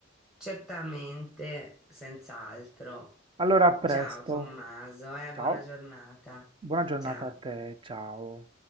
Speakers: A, in the centre; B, on the right.
A: certamente, senz'altro.
B: Allora, a presto.
A: Ciao Tommaso, eh,
B: Ciao,
A: buona giornata.
B: buona giornata
A: Ciao.
B: a te. Ciao.